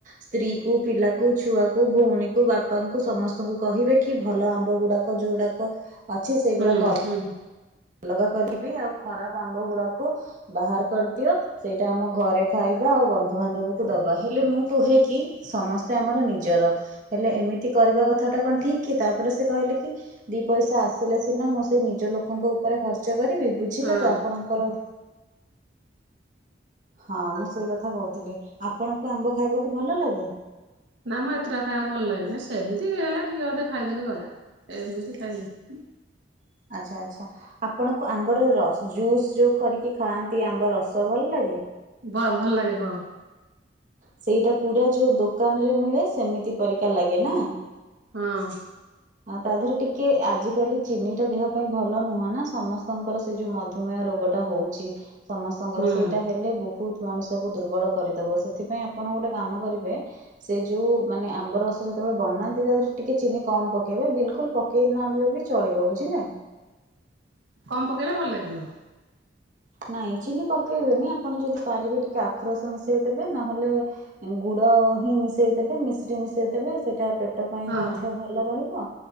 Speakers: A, on the right (about 45°); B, on the right (about 85°).
A: ସ୍ତ୍ରୀକୁ ପିଲାକୁ ଛୁଆକୁ ଭଉଣୀକୁ ବାପାଙ୍କୁ ସମସ୍ତଙ୍କୁ କହିବେ କି ଭଲ ଆମ୍ବ ଗୁଡ଼ାକ ଯୋଉଡ଼ାକ ଅଛି ସେଗୁଡ଼ାକ
B: ହୁଁ
A: ର
B: ହୁଁ
A: ଅଲଗା କରିବି ଆଉ ଖରାପ ଆମ୍ବ ଗୁଡ଼ାକୁ ବାହାର କରିଦିଅ ସେଇଟା ଆମ ଘରେ ଖାଇବା ଆଉ ବନ୍ଧୁବାନ୍ଧବକୁ ଦବା ହେଲେ ମୁଁ କୁହେ କି ସମସ୍ତେ ଆମର ନିଜର ହେଲେ ଏମିତି କରିବା କଥାଟା କଣ ଠିକ୍? କି ତାପରେ ସେ କହିଲେକି ଦି ପଇସା ଆସିଲେ ସିନା ମୁଁ ସେଇ ନିଜ ଲୋକଙ୍କ ଉପରେ ଖର୍ଚ୍ଚ କରିବି କି ବୁଝିଲେ
B: ହଁ।
A: ତ ଆପଣଙ୍କର ହଁ ମୁଁ ସେଇ କଥା କହୁଥିଲି ଆପଣଙ୍କୁ ଆମ୍ବ ଖାଇବାକୁ ଭଲ ଲାଗେ?
B: ନା ମ ଏତେଟା ଖାଇବାକୁ ଭଲ ଲାଗେନି ସେମିତି ହେଲେ ଟିକେ ଅଧେ ଖାଇଦେଲି ଗଲା ଏମିତି ଖାଏନି
A: ଆଚ୍ଛା ଆଚ୍ଛା ଆପଣଙ୍କୁ ଆମ୍ବର ର ଜୁସ୍ ଯୋଉ କରିକି ଖାଆନ୍ତି ଆମ୍ବ ରସ ଭଲ ଲାଗେ?
B: ବା ଭଲ ଲାଗେ ହଁ
A: ସେଇଟା ପୁରା ଯୋଉ ଦୋକାନ ରେ ମିଳେ ସେମିତି ପରିକା ଲାଗେ ନା?
B: ହଁ
A: ଆ ତା ଦେହରେ ଟିକେ ଆଜିିକାଲି ଚିନିଟା ଦେହ ପାଇଁ ଭଲ ନୁହଁ ନା ସମସ୍ତଙ୍କର ସେ ଯୋଉ ମଧୁମେହ ରୋଗ ହଉଛି। ସମସ୍ତଙ୍କର
B: ହୁଁ।
A: ସେଇଟା ହେଲେ ବହୁତ ମଣିଷକୁୁ ଦୁର୍ବଳ କରିଦବ। ସେଥିପାଇଁ ଆପଣ ଗୋଟେ କାମ କରିବେ ସେ ଯୋଉ ମାନେ ଆମ୍ବ ରସ ଯେତେବେଳେ ବନାନ ନ୍ତି ତା ଦେହରେ ଟିକେ ଚିନି କମ ପକେଇବେ। ବିଲକୁଲ ପକେଇ ନହେଲେ ବି ଚଳିବ ବୁଝିଲେ?
B: କମ ପକେଇଲେ ଭଲ ଲାଗିବ।
A: ନାଇଁ ଚିନି ପକେଇବେନି ଆପଣ ଯଦି ପାରିବେ ଟିକେ ଆଖୁ ରସ ମିଶେଇ ଦେବେ ନହେଲେ ଗୁଡ ହିଁ ମିଶେଇଦେବେ ମିଶିରି ମିଶେଇ ଦେବେ। ସେଇଟା ପେ ପେଟ ପାଇଁ
B: ହଁ
A: ମଧ୍ୟ
B: ହଁ।
A: ଭଲ ରହିବ